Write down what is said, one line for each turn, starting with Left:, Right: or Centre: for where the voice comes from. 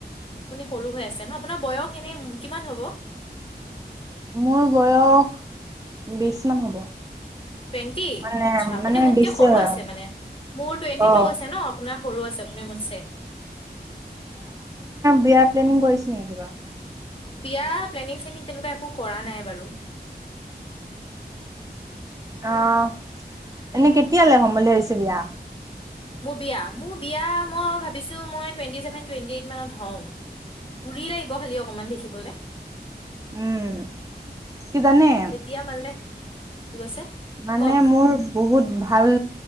Left: আপুনি সৰু হৈ আছে ন আপোনাৰ বয়স এনে কিমান হ'ব?
Right: মোৰ বয়স বিশ মান হ'ব।
Left: টুৱেণ্টি
Right: মানে
Left: আচ্ছা আপুনি
Right: মানে
Left: মোতকে
Right: বিছে
Left: সৰু
Right: হয়
Left: আছে মানে মোৰ টুৱেণ্টি
Right: অ
Left: টু আছে ন আপোনাৰ সৰু আছে মানে মুটচে।
Right: বিয়া প্লেনিং কৰিছা? <unintelligible> কিবা
Left: বিয়া প্লেনিং শ্লেনিং তেনেকুৱা একো কৰা নাই বাৰু।
Right: অহ এনে কেতিয়ালে হ'ম বুলি ভাবিছে বিয়া?
Left: মোৰ বিয়া মোৰ বিয়া মই ভাবিছো মই টুৱেন্টিচেভেন টুৱেন্টিএইত মানত হম বুঢ়ী লাগিব খালি অকমান দেখিবলে।
Right: উম কি জানে?
Left: তেতিয়া মানে কি কৈছে
Right: মানে
Left: কওক
Right: মোৰ বহুত ভাল।